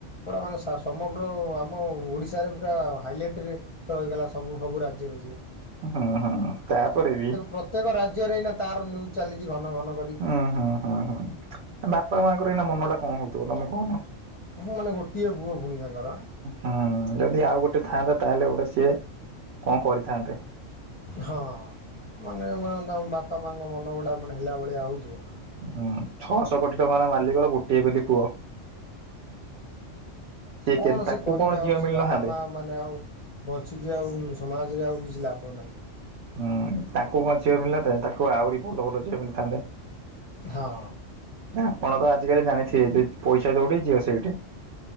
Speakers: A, on the left; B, on the right.
A: ଗଡ଼ା ମାନେ ଶାସ୍ ତମଗ୍ର ଆମ ଓଡ଼ିଶାରେ ପୁରା ହାଇଲେଟ୍ ରେ ରହିଗଲା ସବୁ ସବୁ ରାଜ୍ୟରେ ସିଏ।
B: ହୁଁ ହୁଁ ତାପରେ ବି
A: ପ୍ରତ୍ୟେକ ରାଜ୍ୟରେ ତାର ନ୍ୟୁଜ୍ ଚାଲିଛି ଘନ ଘନ। କରି
B: ହୁଁ ହୁଁ ହୁଁ ହୁଁ ବାପା ମାଙ୍କର ଏଇନା ମନ ଟା କଣ ହଉଥିବ ତମେ କହୁନ।
A: ହଁ ମାନେ ଗୋଟିଏ ପୁଅ ଭଉଣୀ ତାଙ୍କର
B: ହୁଁ ଯଦି ଆଉ ଗୋଟେ ଥାଆନ୍ତା ତାହେଲେ ଗୋଟେ ସିଏ କଣ କରିଥାନ୍ତେ।
A: ହଁ ମାନେ ତମ ବାପା ମାଙ୍କ ମନ ଗୁଡା ମାନେ ହେଲା ଭଳିଆ ହଉଥିବ।
B: ହୁଁ ଛଅଶହ କୋଟି ଟଙ୍କାର ମାଲିକର ଗୋଟିଏ ବୋଲି ପୁଅ ସିଏ
A: କଣ
B: କେ ତାକୁ
A: ସେ କରିବେ
B: କଣ
A: ଆଉ
B: ଝିଅ
A: ସେ
B: ମିଳିନଥାନ୍ତେ।
A: ବାପା ମା ମାନେ ଆଉ ବଞ୍ଚିକି ଆଉ ସମାଜରେ ଆଉ କିଛି ଲାଭ ନାହିଁ।
B: ହୁଁ ତାଙ୍କୁ କ ଝିଅ ମିଳିଥାେ ତାଙ୍କୁ ଆହୁରି ଭଲ ଭଲ ଝିଅ ମିଳିଥାନ୍ତେ।
A: ହଁ
B: ଆପଣ ତ ଆଜିିକାଲି ଜାଣିଥିବେ ପଇସା ଯୋଉଠି ଝିଅ ସେଇଠି।